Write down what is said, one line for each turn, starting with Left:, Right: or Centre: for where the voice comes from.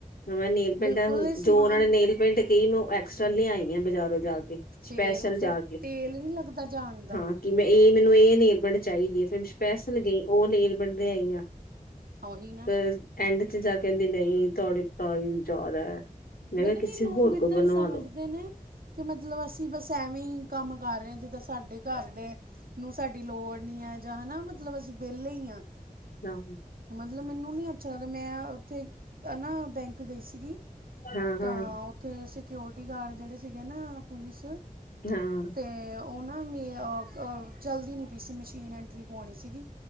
Left: ਮੈਂ ਨੇਲ ਪਿੰਟਾਂ
Right: ਬਿਲਕੁਲ ਇਹ ਸਮਾਨ
Left: ਜੋ ਉਹਨਾਂ ਨੇਲ ਪੇਂਟ ਕਹੀ ਮ ਐਕਸਟਰਾਂ ਲਿਆਈ ਬਜ਼ਾਰੋਂ ਜਾ ਕੇ ਤੇ
Right: ਫੇਰ
Left: ਸਪੈਸ਼ਲ ਜਾ
Right: ਫਿਰ
Left: ਕੇ
Right: ਤੇਲ ਨਹੀਂ ਲੱਗਦਾ ਜਾਣ ਦਾ
Left: ਹਾਂ ਕਿ ਮੈਂ ਇਹ ਮੈਨੂੰ ਇਹ ਲੇਬਣਡ ਚਾਹੀਦੀ ਹੈ ਫਿਰ ਸਪੈਸਲ ਗਈ ਉਹ ਲੇਬਣਦੇ ਲਿਆਈ ਆ
Right: ਉਹੀ ਨਾ
Left: ਪਰ ਐਂਡ 'ਚ ਜਾ ਕਹਿੰਦੀ ਨਹੀਂ ਤੁਹਾਡੇ ਪਰਾਇਜ ਜ਼ਿਆਦਾ ਹੈ ਮੈਂ
Right: ਪਤਾ
Left: ਕਿਹਾ ਕਿਸੇ
Right: ਨੀ ਲੋਗ
Left: ਹੋਰ
Right: ਏਦਾਂ
Left: ਕੋ ਬਣਵਾ
Right: ਸਮਝਦੇ
Left: ਲੋ
Right: ਨੇ ਕਿ ਮਤਲਬ ਅਸੀਂ ਬਸ ਐਵੇਂ ਹੀ ਕੰਮ ਕਰ ਰਹੇ ਜਿੱਦਾਂ ਸਾਡੇ ਘਰ ਦੇ ਨੂੰ ਸਾਡੀ ਲੋੜ ਨੀ ਹੈ ਜਾਂ ਹਨਾ ਮਤਲਬ ਅਸੀਂ ਵਿਹਲੇ ਹਾਂ
Left: ਨਾ
Right: ਮਤਲਬ ਮੈਨੂੰ ਨੀ ਅੱਛਾ ਲੱਗਦਾ ਮੈਂ ਉੱਥੇ ਨਾ ਬੈਂਕ ਗਈ ਸੀਗੀ
Left: ਹਾਂ ਹਾਂ
Right: ਤਾਂ ਉੱਥੇ ਸਕਿਓਰਟੀ ਗਾਰਡ ਜਿਹੜੇ ਸੀਗੇ ਨਾ ਪੁਲਿਸ
Left: ਹਾਂ
Right: ਤੇ ਉਹ ਨਾ ਮੇ ਅ ਚੱਲਦੀ ਨਹੀਂ ਪਈ ਸੀ ਮਸ਼ੀਨ ਐਂਟਰੀ ਪਾਉਣੀ ਸੀਗੀ